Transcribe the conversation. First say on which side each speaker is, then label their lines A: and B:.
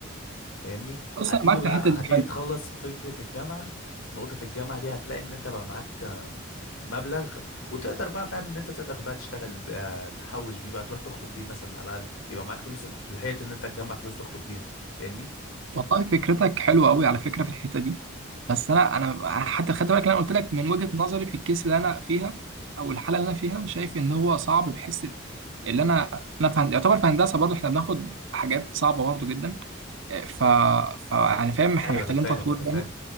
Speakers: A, on the left; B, on the right.
A: فاهمني
B: بص
A: هتيجي
B: أنا معاك
A: بقى
B: في الحتة دي
A: هتيجي تخلص فكرة الجامعة نقطة الجامعة دي هتلاقي ان انت بقى معاك مبلغ وتقدر بقى فاهم ان انت تقدر بقى تشتغل بقى تحوش بيه بقى تروح تخطب بيه مثلا على الاقل يبقى معاك فلوس لحقت ان انت تجمع فلوس تخطب بيها فاهمني
B: والله فكرتك حلوه قوي على فكره في الحته دي بس انا انا حتى خدت بالك انا قلت لك من وجهه نظري في الكيس اللي انا فيها او الحاله اللي انا فيها شايف ان هو صعب بحس اللي انا انا في هن- يعتبر في هندسه برضه احنا بناخد حاجات صعبه برضه جدا ف... ف يعني فاهم احنا
A: ايوه
B: محتاجين
A: انا فاهم
B: تطوير
A: انا
B: جامد
A: فاهم